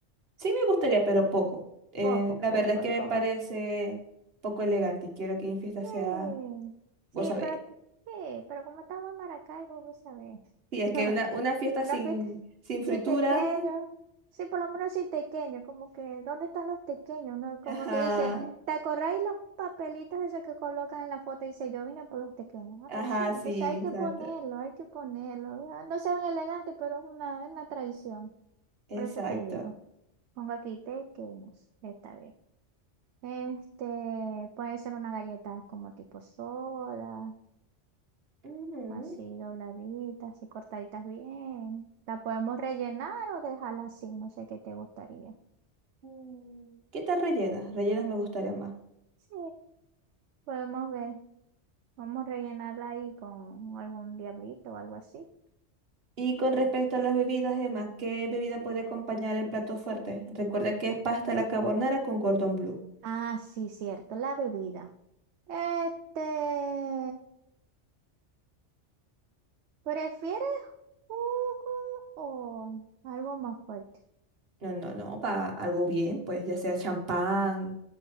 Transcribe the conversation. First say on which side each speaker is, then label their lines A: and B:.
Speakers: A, on the right; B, on the right.
A: Sí me gustaría, pero poco. Eh,
B: Poco,
A: la
B: poco,
A: verdad es que
B: es
A: me
B: como.
A: parece poco elegante y quiero que mi fiesta
B: Sí,
A: sea,
B: sí,
A: vos sabéis.
B: pero, t- sí, pero como estamos en Maracaibo, vos sabés.
A: Sí, es que
B: <laughs>
A: una, una fiesta
B: Una
A: sin,
B: fiesta
A: sin
B: sin
A: fritura.
B: tequeños. Sí, por lo menos sin tequeños. Como que, ¿dónde están los tequeños? No? Como
A: Ajá,
B: que dice, ¿te acordáis los papelitos esos que colocan en la foto? Y dice, yo vine por los tequeños, algo
A: ajá,
B: así.
A: sí,
B: Entonces hay que
A: exacto,
B: ponerlo, hay que ponerlo. Ah, No se ven elegantes, pero es una, es una tradición.
A: exacto.
B: Por eso te digo. Pongo aquí tequeños. Está bien. Este, puede ser una galleta como tipo soda.
A: Ujú.
B: Así dobladitas, así cortaditas bien. La podemos rellenar o dejarla así, no sé qué te gustaría.
A: Mm, ¿Qué tal rellenas? Rellenas me gustaría más.
B: Sí, podemos ver. Vamos a rellenarla ahí con algún diablito o algo así.
A: Y con respecto a las bebidas, Emma, ¿qué bebida puede acompañar el plato fuerte? Recuerda que es pasta a la carbonara con cordón blue.
B: Ah, sí, cierto, la bebida. Este, ¿prefieres jugo o algo más fuerte?
A: No, no, no, para algo bien, pues ya sea champán